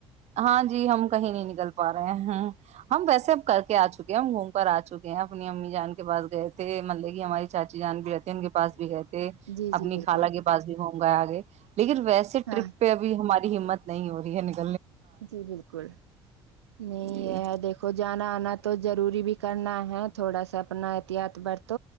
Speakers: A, on the right; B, on the right.
A: ہاں جی ہم کہیں نہیں نکلتے پا رہے ہیں ہم ویسے اب کر کے آ چکے ہیں ہم گھوم کر آ چکے ہیں اپنی امی جان کے پاس گئے تھے مطلب کہ ہماری چاچی جان بھی رہتی ان کے پاس بھی گئے تھے
B: جی جی
A: اپنی
B: بالکل
A: خا لاگے باز بھی ہو باے لیکن ویسے
B: ہاں
A: ٹرپ پہ ابھی ہماری ہمت نہیں ہو رہی ہے ن
B: جی بالکل نہیں
A: جی
B: ہے دیکھو جان آنا تو ضروری بھی کرنا ہے تھوڑا سا اپنا احتیاط برت